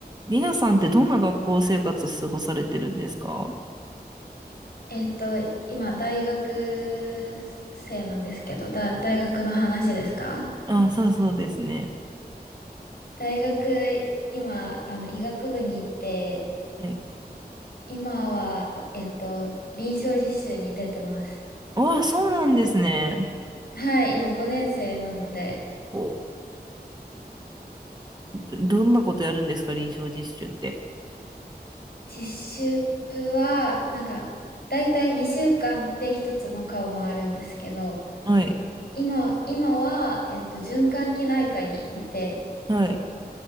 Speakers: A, on the right; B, on the left.
A: りなさんってどんな学校生活過ごされてるんですか
B: えっと、今、大学生なんですけど、だ、大学の話ですか
A: あ、そうそうですね。
B: 大学、今、あの、医学部に行って、
A: はい。
B: 今は、えっと、臨床実習に出てます。
A: あ、そうなんですね。
B: はい、今5年生なので、
A: こう、どんなことやるんですか、臨床実習って。
B: 実習は、なんか、だいたい2週間で一つの科を回るんですけど、
A: はい、
B: 今、今は、えっと、循環器内科にいて、
A: はい、